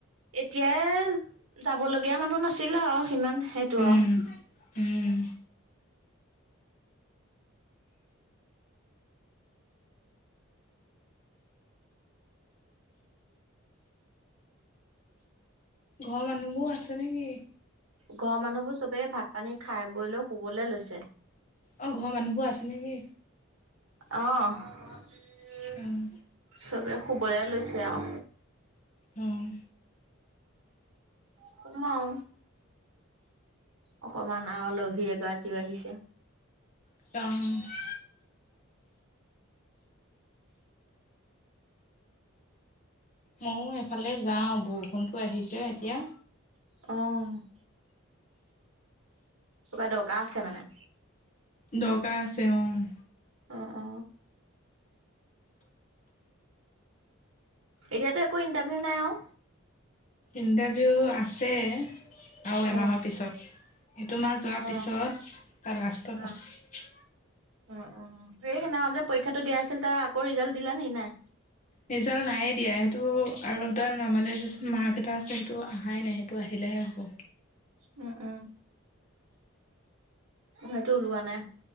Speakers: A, on the right; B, on the left.
A: এতিয়াই যাব লগীয়া মানুহ নাছিলে আও সিমান সেইটো
B: উম,
A: আও
B: উম। ঘ মানুবো আছে নে কি?
A: ঘ মানুবো চবে ভাত পানী খাই বই লৈ শুবলে লৈছে।
B: অ', ঘ মানুবো আছে নে কি?
A: অ', <unintelligible>
B: অ',
A: চবে শুবলে লৈছে আও।
B: উম।
A: শুম আও। অকমান আ আলহী এগৰাকীও আহিছে।
B: <unintelligible> ময়ো এফালে যাওঁ বৰষুণটো আহিছে এতিয়া
A: অ'। কিবা দকাৰ আছে মানে?
B: দকাৰ আছে অ'।
A: অ', অ', এতিয়াতো একো ইণ্টাভিউ নাই আও?
B: ইণ্টাভিউ আছে আও এমাহ'
A: অ
B: পিছত। এইটো মাহ যোৱাৰ
A: অ
B: পিছত তাৰ লাষ্টত
A: অ
B: আছ
A: অ', অ', সেই সেদনাখন যে পৰীক্ষাটো দিয়া আছিল তা আকৌ ৰিজাল্ট দিলে নি নাই?
B: ৰিজাল নায়ে দিয়া সেটো আৰু এটা নৰ্মালাইজেচন মাৰ্ক এটা আছে সেটো আহাই নাই সেট টো আহিলেহে হ'ব।
A: উম উম, সেইটো ওলোৱা নাই।